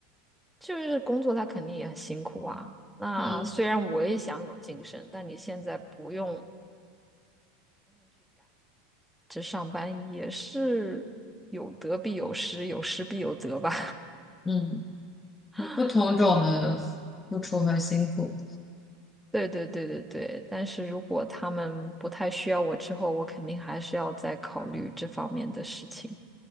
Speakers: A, in the centre; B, on the left.
A: 就是工作，它肯定也很辛苦啊。那虽然我也想有晋升，
B: 嗯
A: 但你现在不用，这上班也是有得必有失，有失必有得吧。
B: 嗯，
A: <laughs>
B: 有不同种的付出和辛苦，
A: 对对对对对，但是如果他们不太需要我之后，我肯定还是要再考虑这方面的事情。